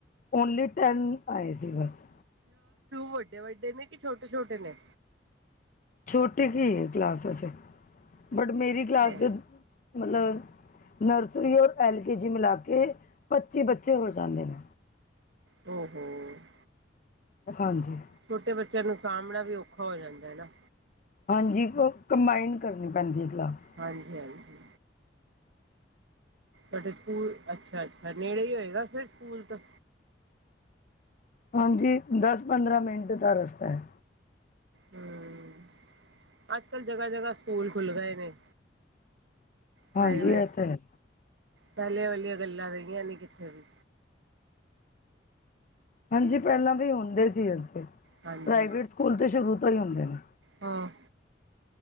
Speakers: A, on the left; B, on the right.
A: ਓਨਲੀ ਟੈਨ ਆਏ ਸੀ ਬਸ।
B: ਵੱਡੇ ਵੱਡੇ ਨੇ ਕਿ ਛੋਟੇ ਛੋਟੇ ਨੇ
A: ਛੋਟੀ ਕੀ ਹੈ ਕਲਾਸ ਅਸੀ ਬਟ ਮੇਰੀ
B: ਅੱਛਾ
A: ਕਲਾਸ ਦੇ ਮਤਲਬ ਨਰਸਰੀ ਔਰ ਐਲ ਕੇ ਜੀ ਮਿਲਾ ਕੇ ਪੱਚੀ ਬੱਚੇ ਹੋ ਜਾਂਦੇ ਨੇ
B: ਹਮ ਹਮ
A: ਹਾਂਜੀ
B: ਛੋਟੇ ਬੱਚਿਆਂ ਨੂੰ ਸਾਂਭਣਾ ਵੀ ਔਖਾ ਹੋ ਜਾਂਦਾ ਹੈ ਨਾ
A: ਹਾਂਜੀ ਕੰਬਾਈਨ ਕਰਨੀ ਪੈਂਦੀ ਹੈ ਕਲਾਸ
B: ਹਾਂਜੀ ਹਾਂਜੀ ਬਟ ਸਕੂਲ ਅੱਛਾ ਅੱਛਾ ਨੇੜੇ ਹੀ ਹੋਏਗਾ ਫ ਸਕੂਲ ਤਾਂ
A: ਹਾਂਜੀ ਦਸ ਪੰਦਰਾਂ ਮਿੰਟ ਦਾ ਰਸਤਾ ਹੈ
B: ਹਮ ਅੱਜ ਕੱਲ ਜਗ੍ਹਾ ਜਗ੍ਹਾ ਸਕੂਲ ਖੁੱਲ ਗਏ ਨੇ
A: ਹਾਂਜੀ
B: ਪ੍ਰਾਈਵੇਟ
A: ਇਹ ਤਾਂ ਹੈ
B: ਪਹਿਲਿਆਂ ਵਾਲੀਆਂ ਗੱਲਾਂ ਰਹੀਆਂ ਨੀ ਕਿੱਥੇ ਵੀ
A: ਹਾਂਜੀ ਪਹਿਲਾਂ ਵੀ ਹੁੰਦੇ ਸੀ ਇਵੇ
B: ਹਾਂਜੀ।
A: ਸਕੂਲ ਤੇ ਸ਼ੁਰੂ ਤੋਂ ਹੀ ਹੁੰਦੇ ਨੇ
B: ਹਾਂ